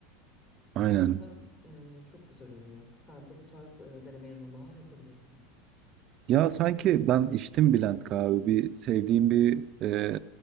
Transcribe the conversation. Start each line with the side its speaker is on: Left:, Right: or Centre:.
Right: Aynen.
Left: O yüzden e, çok güzel oluyor. Sen de bu tarz e, deneme yanılmalar yapabilirsin.
Right: Ya sanki ben içtim Bülent kahve. Bir sevdiğim bir e,